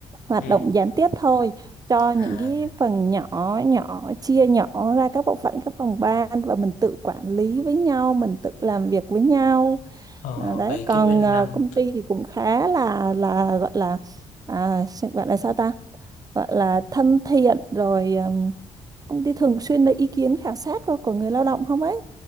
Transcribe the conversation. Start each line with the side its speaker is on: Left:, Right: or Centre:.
Right: hoạt
Left: ừ
Right: động gián tiếp thôi cho những
Left: à,
Right: cái phần nhỏ nhỏ chia nhỏ ra các bộ phận các phòng ban và mình tự quản lý với nhau mình tự làm việc với nhau
Left: ờ,
Right: à, đấy
Left: vậy
Right: còn
Left: Kim Anh
Right: à,
Left: làm
Right: công ty thì cũng khá là là gọi là à, sẽ gọi là sao ta gọi là thân thiện rồi um, công ty thường xuyên lấy ý kiến khảo sát của, của người lao động không ấy